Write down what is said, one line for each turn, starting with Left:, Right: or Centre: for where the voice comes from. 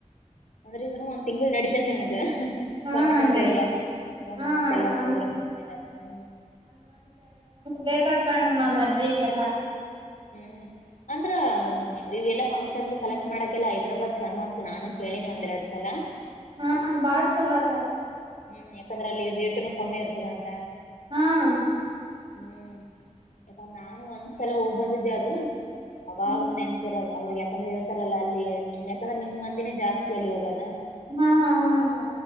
Left: ಅಂದ್ರೆ ಇದುನು ಒಂದ್ ತಿಂಗಳು ನಡೀತದ ನಿಮ್
Right: ಹಾ
Left: ಫಂಕ್ಷನ್ದೆಲ್ಲಾ
Right: ನಡೀತೆ
Left: ಒನ್
Right: ಹಾ
Left: ಮಂತ್ ಎಲ್ಲ ಫುಲ್ಲಾಗ್
Right: ಒಂದ್
Left: ಕಂಪ್ಲೀಟ್ ಆದ್ಮೇಲೆ
Right: ಬೇಕಕ್ ಕಾಣಮ್ಮ ಮದ್ವಿಗೆಲ್ಲ
Left: ಹ್ಮ್ ಅಂದ್ರ ಇವೆಲ್ಲಾ ಫಂಕ್ಷನ್ದ್ ಕಲೆಕ್ಟ್ ಮಾಡಕೆಲ್ಲ ಹೈದ್ರಾಬಾದ್ ಚೆಂದ್ ಅಂತ ನಾನು ಕೇಳಿನಿ ಒಂದೆರಡ್ ಸಲ
Right: ಹಾಂ ಬಾಳ ಚಲೋ ಅದ
Left: ಹ್ಮ್ ಯಾಕಂದ್ರ ಅಲ್ಲಿ ರೇಟುನು ಕಮ್ಮಿ ಇರ್ತದ ಅಂತ.
Right: ಹಾಂ
Left: ಹ್ಮ್ ನಾನು ಒಂದ್ಸಲ ಹೋಗ್ ಬಂದಿದ್ ಇದೆ ಅದು ಅವಾಗ
Right: ಹ್ಮ್
Left: ನೆನ್ಪಿರೋದು ಅವಾಗ ಯಾ ಯಾಕಂದ್ರೆ ಹೇತಾರಲ್ಲ ಅಲ್ಲಿ ಯಾಕಂದ್ರೆ ನಿಮ್ ಮಂದಿನೇ ಜಾಸ್ತಿ ಅಲ್ಲಿ ಹೋಗದ
Right: ಹಾ ಹ ಅಕ್ಕ